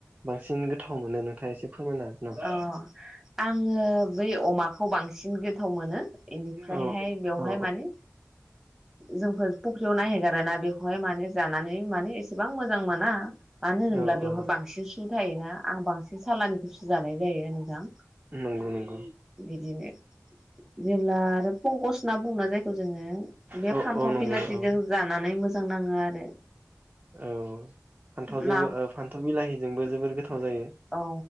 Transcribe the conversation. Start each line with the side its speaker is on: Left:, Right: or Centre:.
Right: बांसि सिन गोथाव मोनो नोंथाङा एसे फोरमायना नामा
Centre: अ आङो बै अमाखौ बांसिन गोथाव मोनो इनिफ्रायहाय
Right: औ
Centre: बेवहाय
Right: औ
Centre: माने जोंफोर फुख्रियाव ना हेगारोना बेखौहाय माने जानानै माने एसेबां मोजां मोना मानो होनोब्ला
Right: औ
Centre: बेवहाय
Right: औ
Centre: बांसिन सु थायोना आं बांसिन एसे सालानिखौ बुस्टु जानाय जायो नोंथां
Right: नंगौ नंगौ
Centre: बिदिनो जेब्ला आरो पंकस ना बुङोना जायखौ जोङो बे
Right: औ
Centre: फान्थाव
Right: औ नंगौ
Centre: बिलाजों
Right: औ
Centre: जानानै मोजां मोजां नाङो आरो
Right: औ फान्थावजोंबो
Centre: ना
Right: फान्थाव बिलाहि जोंबो जोबोर गोथाव जायो
Centre: औ